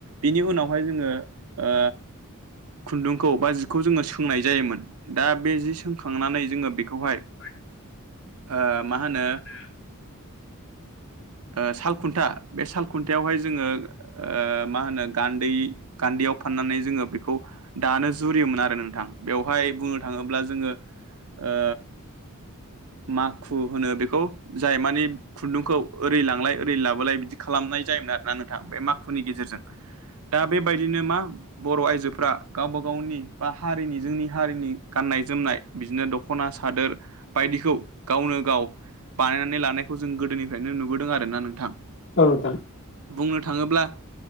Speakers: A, on the right (about 80°); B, on the left (about 50°).
A: बिनि उनावहाय जोङो ओ खुन्दुंखौ बा जिखौ जोङो सोंनाय जायोमोन दा बे जि सोंखांनानै जोङो बेखौहाय
B: <unintelligible>
A: ओ मा होनो
B: <inaudible>
A: ओ सालखुन्था बे साल खुन्थायावहाय जोङो ओ मा होनो गान्दै गान्दैयाव फाननानै जोङो बेखौ दानो जुरियोमोन आरो नोंथां बेवहाय बुंनो थाङोब्ला जोङो ओ माखु होनो बेखौ जाय मानि खुन्दुंखौ ओरै लांलाय ओरै लाबोलाय बिदि खालामनाय जायोमोन आरोना नोंथां बे माखुनि गेजेरजों दा बेबायदिनो मा बर' आइजोफ्रा गावबा गावनि बा हारिनि जोंनि हारिनि गाननाय जोमनाय बिदिनो दख'ना सादोर बिदिखौ गावनो गाव बानायनानै लानायखौ जों गोदोनिफ्रायनो नुबोदों आरो ना नोंथां।
B: औ नोंथां
A: बुंनो थाङोब्ला